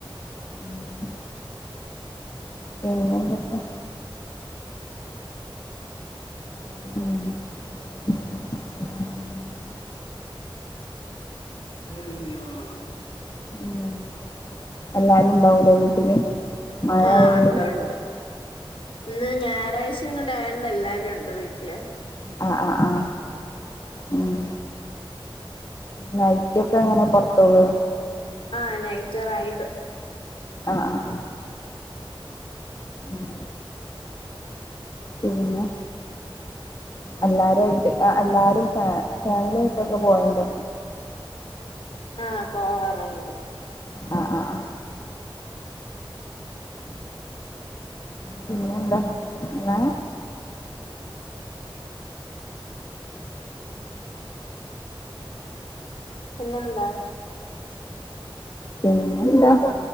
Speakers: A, on the left; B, on the left.
A: മ് പിന്നെന്തൊക്കെയാ? മ്
B: അതെനിക്ക് <unintelligible>
A: മ് എല്ലാരും ഉണ്ടാവുല്ലോ വീട്ടില്? മഴ
B: ആഹ്
A: ആയോണ്ട്
B: ഒണ്ട് ഒണ്ട് ഇന്ന് ഞായറാഴ്ച കൊണ്ട് ആയ കൊണ്ട് എല്ലാരും ഉണ്ട് വീട്ടില്.
A: ആഹ് ആഹ് ആഹ് ഉം നൈറ്റൊക്കെ എങ്ങനെ പൊറത്ത് പോവോ?
B: ആഹ് നൈറ്റ് റൈഡ്
A: ആഹ് ആഹ് ആഹ് മ് പിന്നെ എല്ലാരുംയിട്ട് ആ എല്ലാരും ഫ ഫാമിലിയയിട്ടൊക്കെ പോയണ്ടോ
B: ആഹ് പോവാറുണ്ട്
A: ആ ആ ആ പിന്നെ എന്താ എന്നാ
B: പിന്നെന്താ
A: പിന്നെന്താ